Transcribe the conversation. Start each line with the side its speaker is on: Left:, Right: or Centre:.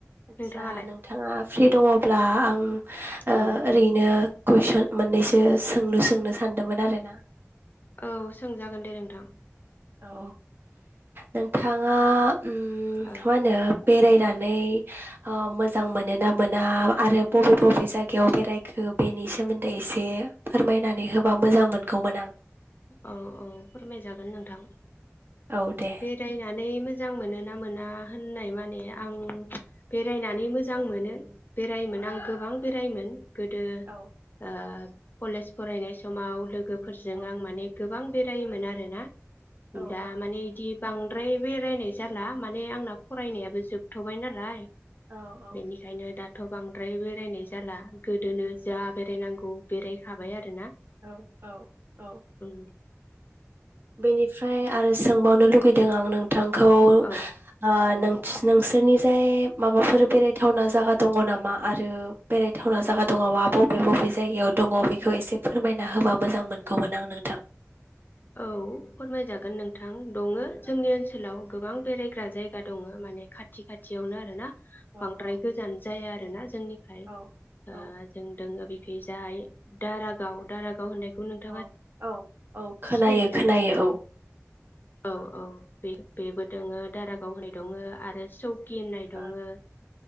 Right: आदसा
Left: नोंथाङालाय
Right: नोंथाङा फ्रि दङब्ला आं ओ
Left: औ
Right: ओरैनो कुइसन मोननैसो सोंलु सोंनो सानदोंमोन आरो ना?
Left: औ सोंजागोन दे नोंथां।
Right: औ नोंथाङा उम मा
Left: औ
Right: होनो बेरायनानै
Left: ओ
Right: ओ मोजां मोनो ना मोना? आरो बबे बबे जायगायाव बेरायखो बेनि सोमोन्दै एसे फोरमायनानै होबा मोजां मोनगौमोन आं।
Left: औ औ फोरमाय जागोन नोंथां।
Right: औ दे
Left: बेरायनानै मोज जां मोन ना मोना होननाय माने आं बेरायनानै मोजां मोनो बेरायोमोन आं गोबां बेरायोमोन। गोदो
Right: औ
Left: ओ कलेज फरायनाय समाव लोग गोफोरजों
Right: औ
Left: आं गोबां बेरायोमोन आरोना।
Right: औ
Left: दा
Right: औ
Left: माने एदि बांद्राय बेरायनाय जाला मानो माने आंना फरायनायाबो जोब थबाय नालाय
Right: औ
Left: बेनिखायनो दा दाथ बांद्राय बेरायनाय जाला गोदोनो जा बेरायनांगौ बेरायखाबाय आरोना।
Right: औ औ औ
Left: उ
Right: बेनिफ्राय आरो सोंबावनो लुगैदों आं नोंथांखौ ओ
Left: औ औ
Right: नोंस नोंसोरनि जाय माबाफोर बेरायथावना जायगा दङ नामा आरो बेरायथावना जायगा दङबा बबे बबे जायगायाव दङ बेखौ एसे फोरमायना होबा मोजां मोनगौमोन आं नोंथां।
Left: औ फोरमायजागोन नोंथां। दङो जोंनि
Right: औ
Left: ओनसोलाव गोबां बेरायग्रा जायगा दङ माने खाथि खाथियावनो आरो ना
Right: औ
Left: बांद्राय
Right: औ
Left: गोजान जाया आर <unintelligible> जोंनिफ्राय
Right: औ
Left: ओ
Right: औ
Left: जोंदोङो बि फैजाय दारागाव दारागाव होननाय नोंथाङा
Right: औ औ औ खोनायो
Left: सिनायोना
Right: खोनायो औ।
Left: औ औ बे बेबो दोङो दारागाव होननाय दङ आरो चौकि होन्नाय दङो
Right: औ।